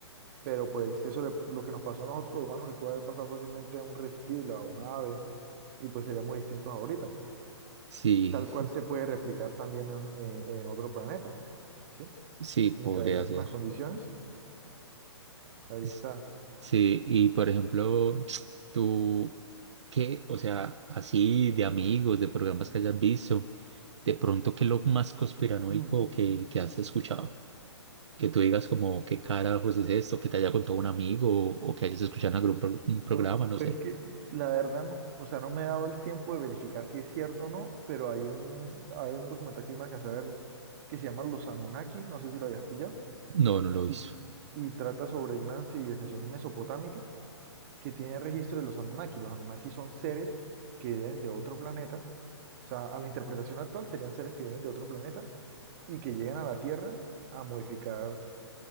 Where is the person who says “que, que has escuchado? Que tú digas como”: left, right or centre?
Right